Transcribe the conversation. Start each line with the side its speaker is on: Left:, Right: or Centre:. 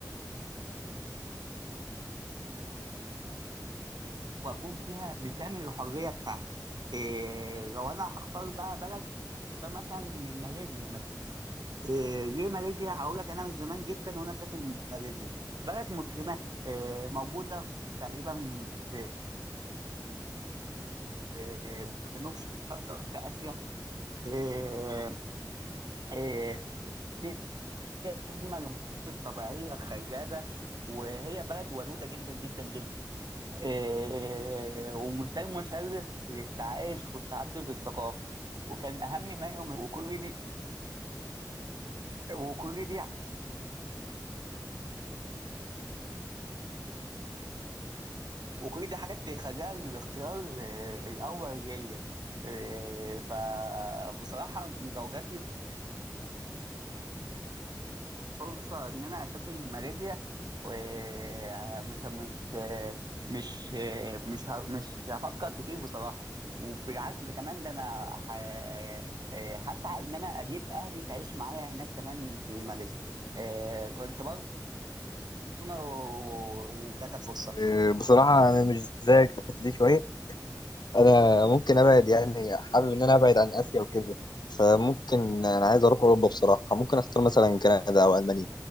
Right: واكون فيها بكامل الحريه بتاعتي إيه لو انا هختار بقى بلد هختار مثلا ماليزيا مثلا إيه، ليه ماليزيا هقول لك انا من زمان جدا وانا اسافر ماليزيا بلد مسلمه إيه، موجوده في تقريبا في إيه، جنوب شرق اسيا إيه، إيه، في اجمل المناطق الطبيعيه خلابه وهي بلد ودوده جدا جدا جدا إيه، ومثال مشرف للتعايش والتعدد الثقافي وكان اهم ما يوم وكل دي وكل دي وكل دي حاجات تخليها الاختيار آه، الاول ليا آه، فبصراحه لو جات لي فرصه ان انا اسافر ماليزيا آه، مش مش آه، مش آه، مش ه- مش هفكر كتير بصراحه وبالعكس ده كمان ده انا ه- آه، آه، هسعى ان انا اجيب اهلي تعيش معايا هناك كمان في ماليزيا آه، كنت برضه انا و- وجاتك فرصه
Left: إيه بصراحه انا مش زيك في الحته دي شويه انا ممكن ابعد يعني حابب ان انا ابعد عن اسيا وكده فممكن انا عايز اروح اوروبا بصراحه ممكن اختار مثلا كندا او المانيا